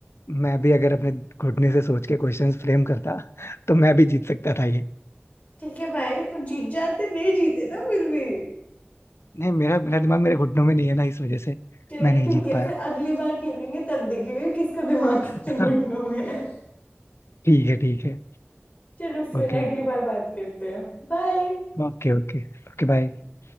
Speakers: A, on the left; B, on the left.
A: मैं भी अगर अपने घुटने से सोच के क्वेश्चंस फ्रेम करता तो मैं भी जीत सकता था ये
B: ठीक है भाई फिर जीत जाते नहीं जीते ना फिर भी
A: नहीं मेरा मेरा दिमाग मेरे घुटनों में नहीं है ना इस वजह से
B: चलो
A: मैं नहीं
B: ठीक
A: जीत
B: है
A: पाया
B: फिर अगली बार खेलेंगे तब देखेंगे किसका दिमाग कितने
A: <laughs>
B: घुटनों में है
A: ठीक है ठीक है
B: चलो फिर
A: Okay
B: अगली बार बात करते हैं बाय
A: okay Okay okay bye